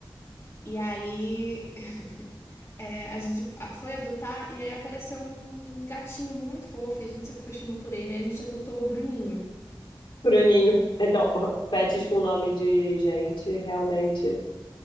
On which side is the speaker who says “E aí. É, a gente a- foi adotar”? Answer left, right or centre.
Left